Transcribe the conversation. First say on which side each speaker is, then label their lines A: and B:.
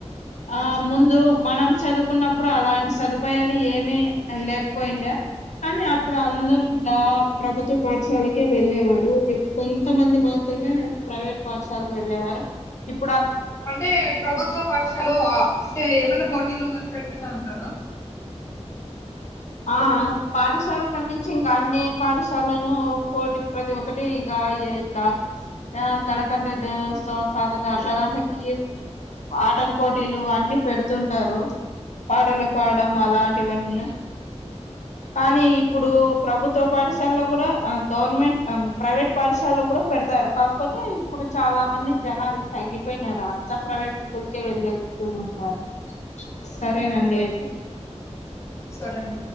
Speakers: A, on the left; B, on the left.
A: ఆ ముందు మనం చదువుకున్నప్పుడు అలాంటి సదుపాయాలు ఏమి లేకపోయిండ కానీ అప్పుడు అందరూ ఇలా ప్రభుత్వ పాఠశాలకే వెళ్ళేవల్ కొంత మంది మాత్రమే ప్రైవేట్ పాఠశాలకు వెళ్ళేవారు ఇప్పు
B: అంటే ప్రభుత్వ పక్షాలు ఆ అంటే ఏమైన్నా పోటీలో కానీ పెడుతా ఉంటార
A: ఆ పాఠశాలల నుంచి ఇంకా అన్ని పాఠశాలలను పోటీ ప్రతి ఒక్కటి ఇంకా ఇట్లా గణతంత్ర దినోత్సవం సాధన అట్లదానికి ఆటల పోటీలు అన్ని పెడుతుంటారు పాటలు పాడం అలాంటివన్నీ కానీ ఇప్పుడు ప్రభుత్వ పాఠశాలలో కూడా గవర్నమెంట్ ప్రైవేట్ పాఠశాలలో కూడా పెడతారు కాకపోతే ఇప్పుడు చాలా మంది జనాలు తగ్గిపోయినారు అంతా ప్రైవేట్ స్కూల్కే వెళ్ళస్తూ ఉన్నారు సరేనండి అయితే
B: సరేండి